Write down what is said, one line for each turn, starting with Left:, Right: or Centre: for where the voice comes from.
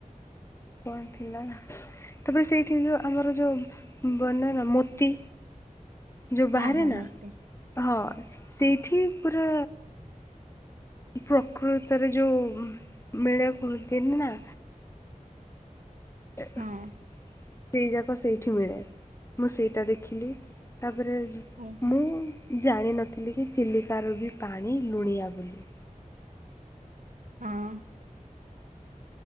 Left: କଣ ଥିଲା ତାପରେ ସେଇଠି ଯୋଉ ଆମର ଯୋଉ ମାନ ନା ମୋତି ଯେଉଁ ବାହାରେ
Right: ହଁ ହଁ
Left: ନାଁ
Right: ମତେ
Left: ହଁ ସେଇଠି ପୁରା ପ୍ରକୃତରେ ଯୋଉ ମେଳ କୁହନ୍ତିନି ନାଁ। ସେଇ
Right: ହଁ
Left: ଯାକ ସେଇଠି ମିଳେ ମୁଁ ସେଇଟା ଦେଖିଲି ତା ତାପରେ
Right: ଓହୋ
Left: ମୁଁ ଜାଣିନଥିଲି। ଥିଲେ କିି ଚିଲିକାର ବି ପାଣି ଲୁଣିଆ ବୋଲି।
Right: ହଁ।